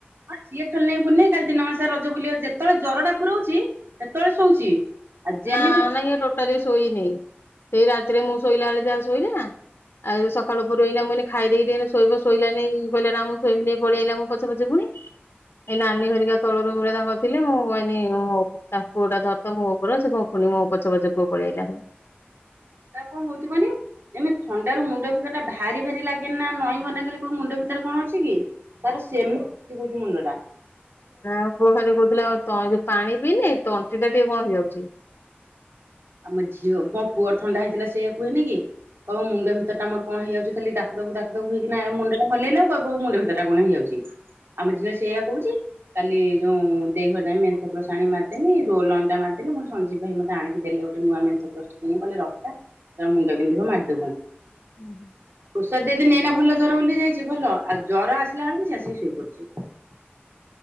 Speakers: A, on the right; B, on the left.
A: ହଁ ସିଏ ଖେଲୁନେଇ ବୁଲ୍ ନେଇ କାଲି ଦିନ ମାନ୍ ସେ ରଜ ବୁଲିଅ ଯେତେବେଳେ ଜର ଟା ପୁରୋଉଚି। ସେତେବେଳେ ଶୋଉଛି। ଆଉ ଯେମିତି
B: ନା ନା ଇଏ ଟୋଟାଲି ଶୋଇନି ସେଇ ରାତିରେ ମୁଁ ଶୋଇଲା ବେଳେ ଯାହା ଶୋଇଲାଁ ଆଉ ସଖାଳୁ ପହରୁ ଏଇନା ମୁଁ କଇନି ଖାଇ ଦେଇକି ଟିକେ ହେଲେ ଶୋଇବ ଶୋଇଲା ନେଇଁକି କି କହିଲା ନା ମୁଁ ଶୋଇମି ନେଇ ପଳେଇ ଆଇଲା ମୋ ପଛେ ପଛେ ଫୁଣି। ଏ ନାନୀ ହରିକା ତଳ ରୁମରେ ତାଙ୍କର ଥିଲେ ମୁଁ କଇନି ଉଁ ହଉ ତାଙ୍କ ପୁଅଟା ଧରଥା ମୁଁ ପୁରା ସେ କଁ ପୁନି ମୋ ପଛେ ପଛେ ପୁଅ ପଳିଆଇଲା।
A: ତାର କଁ ହୋଉଚି କନି? ଏମେ ଥଣ୍ଡାରୁ ମୁଣ୍ଡ ଭିତର ଟା ଭାରି ଭାରି ଲାଗେନା, ନଈଁ ଗନେ ଖାଲି କଇବୁ ମୁଣ୍ଡ ଭିତେରେ କଣ ଅଛି କି? ତାର <unintelligible> ମୁଣ୍ଡ ଟା।
B: ନା କୋଉ ଖାଲି କହୁଥିଲା ଆ ତ ଯୋଉ ପାଣି ପିଇନି ତଣ୍ଟି ଟା ଟିକେ କଣ ହେଇଯାଉଛି।
A: ଆମ ଝିଅ ମୋ ପୁଅର ଥଣ୍ଡା ହେଇଥିଲା ସେଇଆ କୁହେନି କି। କହିବ ମୁଣ୍ଡ ଭିତର୍ ଟା ମୋର କଣ ହେଇଯାଉଚି ଖାଲିଡାକୁ ଦାକୁ ହେଇକି ନା ମୁଣ୍ଡ ଟା ହଲେଇଲା କୁ କହିବ ମୋ ମୁଣ୍ଡ ଭିତର୍ ଟା କଣ ହେଇଯାଉଛି। ଆମ ଝିଅ ସେଇଆ କହୁଛି। କାଲି ଯୋଉଁ ଦେଇଙ୍କ ଯାଏ ମେନ୍ଥ ପ୍ଲସ୍ ଆଣି ମାର୍ ଦେନି ରୋଲ୍ ଅନ୍ଡା ମାର୍ଦେଲେ ମୋର୍ ସଞ୍ଜୀବ୍ ଭାଇ ମତେ ଆଣିକି ଦେଲେ ଗୋ ଏଣୁ ନୂଆ ମେନ୍ଥ ପ୍ଲସ୍ ଟେ କିଣି ମୁ କହିଲି ରଖ୍ତା ତା ମୁଣ୍ଡ ବିନ୍ଧିବ ମାର୍ଦବୁ।
B: <unintelligible>
A: ଔଷଧ ଦେଇଦି ନେଇନା ଭଲ ଜ୍ୱର ବୁଲି ଯାଇଛି ଭଲ ଆଉ ଜର ଆସିଲା ବେଳ ବି ଚାଷୀ ଶୋଇପଡୁଛି। <unintelligible>